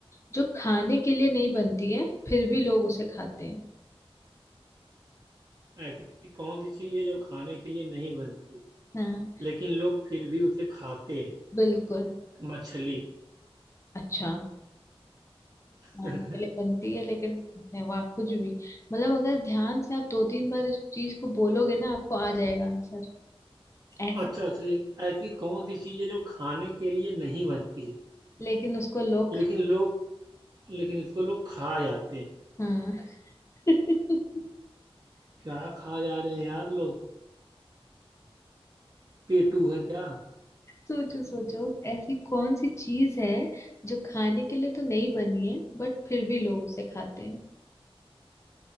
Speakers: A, on the left; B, on the right.
A: जो खाने के लिए नहीं बनती है फिर भी लोग उसे खाते हैं
B: ऐसी कौन सी चीज है जो खाने के लिए नहीं बनती
A: हाँ
B: लेकिन लोग फिर भी उसे खाते हैं?
A: बिल्कुल
B: मछली
A: अच्छा खाने
B: <laughs>
A: के लिए बनती है लेकिन कहते हैं, वाह कुछ भी मतलब अगर ध्यान से आप दो तीन बार इस चीज को बोलोगे ना आपको आ जाएगा आंसर ऐसा
B: अच्छा अच्छा ये ऐसी कौन सी चीज है जो खाने के लिए नहीं बनती है
A: लेकिन उसको लोग
B: लेकिन
A: खा-
B: लोग लेकिन इसको लोग खा जाते हैं
A: हाँ <laughs>
B: क्या खा जा रहे हैं यार लोग पेटू हैं क्या
A: सोचो सोचो ऐसी कौन सी चीज है जो खाने के लिए तो नहीं बनी है बट फिर भी लोग उसे खाते हैं